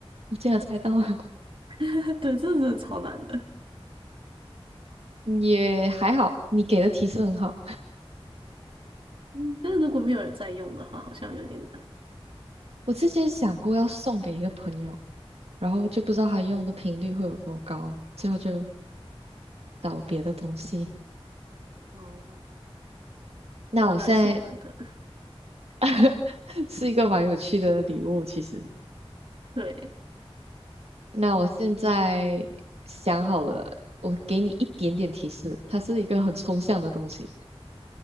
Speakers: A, on the right; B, on the right.
A: 我竟然猜到了，
B: <laughs> 对，这真的超难的。
A: 嗯也还好，你给的提示很好。
B: 嗯，但是如果没有人在用的话，好像有点难。
A: 我之前想过要送给一个朋友，然后就不知道他用的频率会有多高，最后就找了别的东西。
B: 哦，
A: 那我现在
B: 我还蛮喜欢的。
A: <laughs> 是一个蛮有趣的礼物，其实。
B: 对，
A: 那我现在想好了，我给你一点点提示，它是一个很抽象的东西，